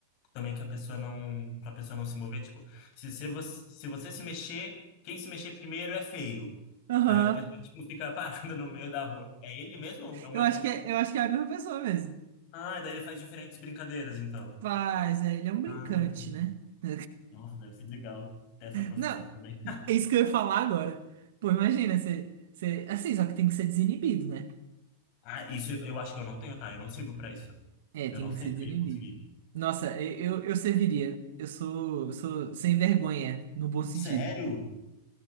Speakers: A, on the left; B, on the right.
A: também que a pessoa não, pra pessoa não se mover, tipo, se você, se você se mexer, quem se mexer primeiro é feio.
B: Aham.
A: Aí a pessoa, tipo, fica <laughs> parada no meio da rua. É ele mesmo? É o mesmo?
B: Eu acho que é, eu acho que é a mesma pessoa mesmo.
A: Ah, daí ele faz diferentes brincadeiras, então.
B: Mas é, ele é um brincante,
A: Ah,
B: né? <laughs>
A: nossa, deve ser legal ter essa profissão
B: Não,
A: também. <laughs>
B: é isso que eu ia falar agora. Pô, imagina, você, você. Assim, só que tem que ser desinibido, né?
A: Ah, isso eu eu acho que eu não tenho, tá? Eu não sirvo pra isso.
B: É, tem
A: Eu não sei
B: que ser
A: se
B: desinibido.
A: eu ia conseguir.
B: Nossa, eu, eu, eu serviria. Eu sou, eu sou sem vergonha, no bom sentido.
A: Sério?